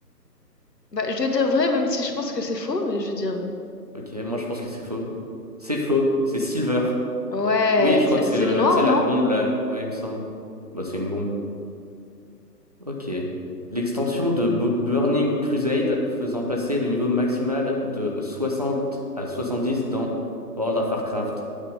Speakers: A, on the left; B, on the right.
A: Bah, je vais dire vrai, même si je pense que c'est faux, mais je vais dire vrai.
B: Ok, moi je pense que c'est faux. C'est faux, c'est Silver.
A: Ouais,
B: Oui, je crois
A: c'est
B: que c'est
A: c'est
B: le,
A: le noir,
B: tu sais,
A: non?
B: la bombe là. Ouais, il me semble. Bah, c'est une bombe. Ok. L'extension de Bu- Burning Crusade faisant passer le niveau maximal de 60 à 70 dans World of Warcraft.